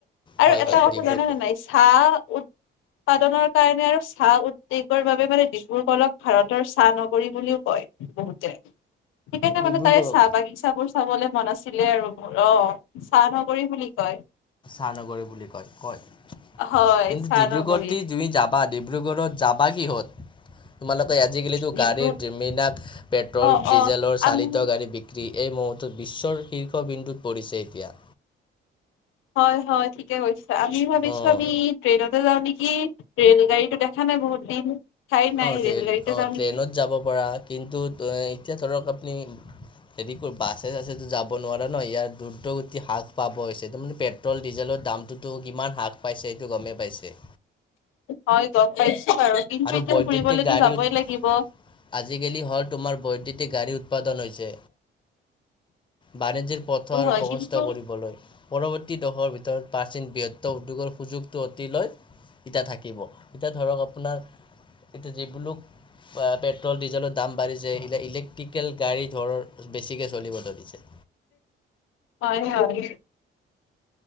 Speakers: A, on the left; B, on the left.
A: আৰু
B: হয়
A: এটা
B: হয় ডিব্ৰুগড়
A: কথা জানা নে নাই চাহ উৎপাদনৰ কাৰণে আৰু চাহ উদ্যোগৰ বাবে মানে ডিব্ৰুগড়ক ভাৰতৰ চাহ নগৰী বুলিও কয় বহুতে সেইকাৰণে
B: ডিব্ৰুগড়ক
A: মানে তাৰে চাহ বাগিচা বোৰ চাবলে মন আছিলে আৰু অ চাহ নগৰী বুলি কয়
B: মহানগৰী বুলি কয় কয়
A: হয়
B: কিন্তু
A: চাহ
B: ডিব্ৰুগড়ত
A: নগৰী
B: তুমি যাবা ডিব্ৰুগড়ত যাব কিহ'ত তোমালোকে আজিকালিতো
A: ডিব্ৰু
B: গাড়ীৰ যিমিনাক পেট্ৰল
A: অ
B: ডিজেলৰ
A: অ
B: চালিত
A: আমি
B: গাড়ী বিক্ৰী এই মুহুৰ্তত বিশ্বৰ শীৰ্ষবিন্দুত পৰিছে এতিয়া
A: হয় হয় ঠিকে কৈছে আমি ভাবিছো
B: অঁ
A: আমি ট্ৰেইনতে যাওঁ নেকি কি ৰেল গাড়ীতো দেখা নাই বহুত দিন নাই
B: অ ট্ৰেইন
A: ৰেল গাড়ীতে
B: অ
A: যাওঁ নেকি
B: ট্ৰেইনত যাব পৰা কিন্তু এতিয়া ধৰক আপুনি। সেদিকৰ বাছ। ছেতো যাব নোৱাৰা ন ইয়াৰ দুৰ্গতি হ্ৰাস পাব হৈছে তাৰ মানে পেট্ৰল ডিজেলৰ দামটো। তো কিমান হ্ৰাস পাইছে এইটো গমেই পাইছে।
A: হয় গম পাইছো বাৰু কিন্তু
B: আৰু
A: এতিয়া
B: বৈদ্যুতিক
A: ফুৰিবলেতো
B: গাড়ী
A: যাবই
B: উৎ-
A: লাগিব।
B: আজিকালি হ'ল তোমাৰ বৈদ্যুতিক গাড়ী উৎপাদন হৈছে। বাণিজ্যৰ পথ আৰু
A: হয়
B: প্ৰশস্থ
A: কিন্তু
B: কৰিবলৈ পৰৱ। বৰ্তী দশৰ ভিতৰত প্ৰাচীন বৃহত্ত উদ্যোগৰ সুযোগটো অতি লয়। এতিয়া থাকিব এতিয়া ধৰক আপোনাৰ এতিয়া যিহলো। পেট্ৰল ডিজেলৰ দাম বাঢ়িছে এই ইলেক্ট্ৰিকেল গাড়ী ধৰ বেছিকে চলিব ধৰিছে।
A: হয় হয়।